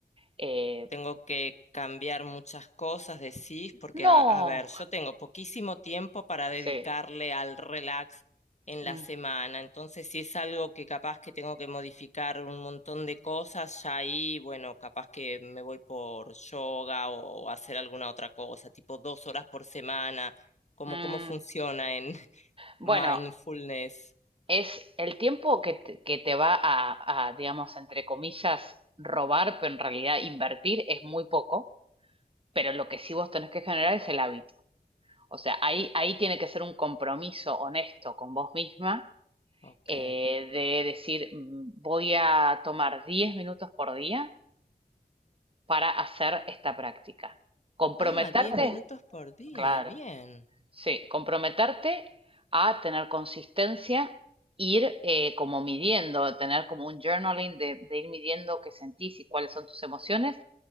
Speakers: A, on the right; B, on the left.
A: Eh,
B: Tengo que cambiar muchas cosas, decís, porque
A: no,
B: a, a ver, yo tengo poquísimo tiempo para
A: sí.
B: dedicarle al relax en
A: Mm.
B: la semana, entonces si es algo que capaz que tengo que modificar un montón de cosas, ya ahí, bueno, capaz que me voy por yoga o hacer alguna otra cosa, tipo dos horas por semana, como
A: Mm,
B: cómo funciona en <laughs>
A: bueno,
B: mindfulness.
A: es el tiempo que te, que te va a, a, digamos, entre comillas, robar, pero en realidad invertir es muy poco, pero lo que sí vos tenés que generar es el hábito. O sea, ahí, ahí tiene que ser un compromiso honesto con vos misma
B: Ok.
A: eh, de decir, "Mm, voy a tomar 10 minutos por día para hacer esta práctica. Claro, Comprometerte,
B: Ah, diez minutos por día,
A: claro,
B: bien.
A: Sí, comprometerte a tener consistencia, ir eh, como midiendo, tener como un journaling de, de ir midiendo qué sentís y cuáles son tus emociones